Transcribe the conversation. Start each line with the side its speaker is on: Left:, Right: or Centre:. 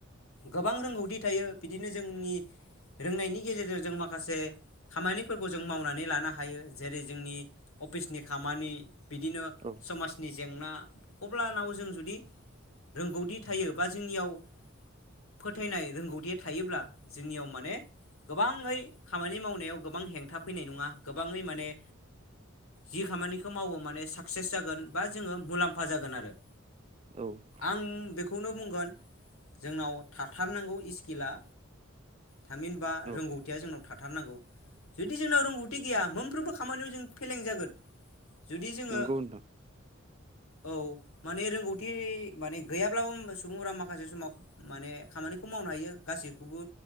Left: गोबां रोंगौथि थायो बिदिनो जोंनि रोंनायनि गेजेरजों जों माखासे खामानिफोरखौ जों मावनानै लानो हायो जेरै जोंनि अफिसनि खामानि बिदिनो
Right: औ
Left: समाज नि जेंना अब्लानाव जों जुदि रोंगौथि थायो बा जोंनियाव फोथायनाय रोंगौथिया थायोब्ला जोंनियाव माने गोबाङै खामानि मावनायाव गोबां हेंथा फैनाय नङा गोबाङै माने जि खामानिखौ मावो माने साक्सेस जागोन बा जोङो मुलाम्फा जागोन आरो।
Right: औ
Left: आं बेखौनो बुंगोन जोंनाव थाथारनांगौ इस्किला थामहिनबा
Right: औ
Left: रोंगौथिया जोंनाव थाथारनांगौ। जुदि जोंनाव रोंगौथि गैया मोनफ्रोमबो खामानियाव जों फेलें जागोन। जुदि जोङो
Right: नंगौ नोंथां
Left: औ माने रोंगौथि माने गैयाब्लाबो सुबुंफोरा माखासे समाव माने खामानिखौ मावनो हायो गासैखौबो